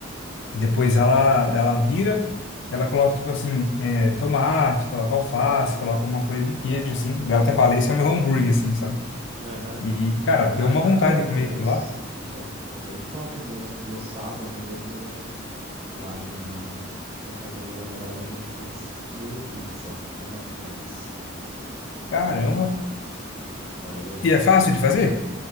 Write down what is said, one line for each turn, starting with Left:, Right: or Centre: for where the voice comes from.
Left: E depois ela, ela vira, ela coloca, tipo assim, é, tomate, coloca alface, coloca uma folha de queijo, assim. Daí eu
Right: sei.
Left: até fala esse é o meu hambúrguer, assim, sabe?
Right: Aham.
Left: E, cara, deu
Right: Ah,
Left: uma
Right: eu já
Left: vontade
Right: vi alguns.
Left: de comer aquilo lá.
Right: Fica, fica bem top mesmo. No sábado mesmo, lá na, na casa da minha namorada, a gente fez mini pizza com Rap 10.
Left: Caramba.
Right: Daí a gente,
Left: E é fácil
Right: tipo,
Left: de fazer?